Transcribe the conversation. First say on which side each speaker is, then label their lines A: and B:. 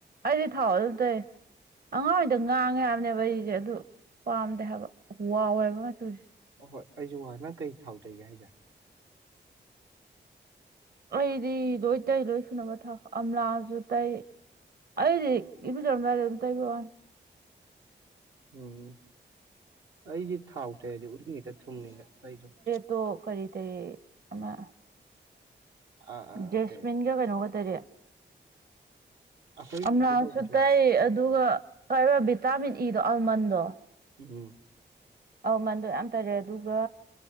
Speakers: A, on the right (about 50°); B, on the right (about 80°).
A: ꯑꯩꯗꯤ ꯊꯥꯎ ꯑꯗꯨꯝ ꯇꯩ ꯑꯉꯥꯡꯑꯣꯏꯔꯤꯗ ꯉꯥꯡꯉꯦ ꯍꯥꯏꯕꯅꯦꯕ ꯑꯩꯁꯦ ꯑꯗꯨ꯫ ꯄꯥꯝꯗꯦ ꯍꯥꯏꯕ ꯋꯥꯎꯋꯦꯕ ꯃꯆꯨꯁꯦ꯫
B: ꯑꯍꯣꯏ ꯑꯩꯁꯨ ꯋꯥ ꯅꯪ ꯀꯩ ꯊꯥꯎꯇꯩꯒꯦ ꯍꯥꯏꯖꯦ꯫
A: ꯑꯩꯗꯤ ꯂꯣꯏ ꯇꯩ ꯂꯣꯏ ꯁꯨꯅꯕ ꯊꯥꯎ ꯑꯝꯂꯥꯁꯨ ꯇꯩ꯫ ꯑꯩꯗꯤ ꯏꯔꯨꯖꯧꯔꯝꯗꯥꯏꯗ ꯑꯗꯨꯝ ꯇꯩꯕ ꯋꯥꯅꯤ꯫
B: ꯎꯝ ꯑꯩꯗꯤ ꯊꯥꯎ ꯇꯩꯔꯗꯤ ꯎꯔꯤꯡ ꯍꯦꯛꯇ ꯊꯨꯝꯉꯦꯅ ꯇꯩꯗꯕ꯫
A: ꯇꯣ ꯀꯔꯤ ꯀꯔꯤ ꯑꯃ꯫
B: ꯑꯥ ꯑꯥ
A: ꯖꯦꯁꯃꯤꯟ
B: ꯀꯩ
A: ꯒ ꯀꯩꯅꯣꯒ ꯇꯩꯔꯦ꯫
B: ꯑꯩꯈꯣꯏꯒꯤ
A: ꯑꯝꯂꯥꯁꯨ
B: ꯏꯁꯨ ꯇꯧꯕꯗꯣ
A: ꯇꯩ ꯑꯗꯨꯒ ꯀ ꯚꯤꯇꯥꯃꯤꯟ ꯏꯗꯣ ꯑꯜꯃꯟꯗꯣ꯫
B: ꯎꯝ꯫
A: ꯑꯧꯃꯟꯗꯣ ꯌꯥꯝ ꯇꯔꯦ ꯑꯗꯨꯒ꯫